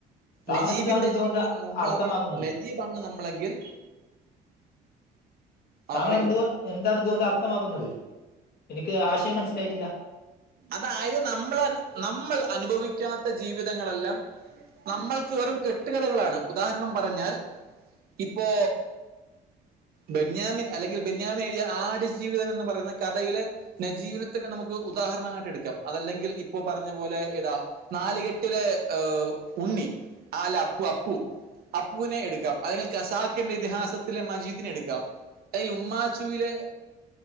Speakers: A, on the left; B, on the right.
A: താങ്കൾ
B: നജീ
A: എന്താണ്
B: ബിന്റെ
A: ഇതുകൊണ്ട്
B: ജീവിത നമ്മളാണ്
A: അർത്ഥമാക്കുന്നത്
B: നജീബാണ് നമ്മളെങ്കിൽ ആ
A: താങ്കൾ
B: പറയൂ
A: എന്തുവാ എന്താണ് ഇതുകൊണ്ട് അർത്ഥമാക്കുന്നത് എനിക്ക് ആശയം മനസ്സിലായിട്ടി ല്ല
B: അതായെത് നമ്മെൾ നമ്മെൾ അനുഭവിക്കാത്ത ജീവിതങ്ങൾ എല്ലാം നമ്മൾക്ക് വെറും കെട്ട് കഥകളാണ്. ഉദാഹരണം പറഞ്ഞാൽ ഇപ്പൊ ബെന്യാമിൻ അല്ലെങ്കിൽ ബെന്യാമി എഴു തിയ ആട് ജീവിതം എന്ന് പറയുന്ന കഥയിലെ ന ജീബിനെ ത്തന്നെ ന മുക്ക് ഉദാഹരണമായിട്ട് എടുക്കാം അതല്ലെങ്കിൽ ഇപ്പൊ പറഞ്ഞ പോലെ ഏതാ നാലുകെട്ടിലെ ഏ ഉണ്ണി ആല അപ്പു അപ്പു അപ്പുവിനെ എടുക്കാം അല്ലെങ്കിൽ കസാഖിന്റെ ഇതിഹാസത്തിലെ മജീദിനെ എടുക്കാം അതിൽ ഉമ്മാച്ചുവിലെ